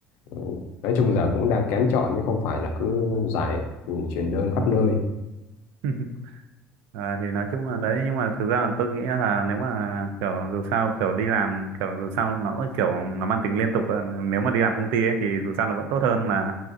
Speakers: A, on the left; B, on the right.
A: ừ, nói chung giờ cũng đang kén chọn chứ không phải là cứ giải ừ, chuyển đơn khắp nơi
B: <laughs> à, thì nói chung là đấy nhưng mà thực ra là tôi nghĩ là nếu mà kiểu dù sao kiểu đi làm kiểu dù sao nó cũng kiểu nó mang tính liên tục à, nếu mà đi làm công ty ấy thì dù sao nó vẫn tốt hơn là